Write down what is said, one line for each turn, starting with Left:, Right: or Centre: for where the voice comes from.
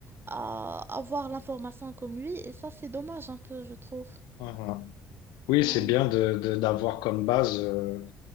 Right: à avoir l'information comme lui. Et ça, c'est dommage un peu, je trouve.
Left: mhm. Oui,
Right: Ouais,
Left: c'est bien de, de- d'avoir comme base euh,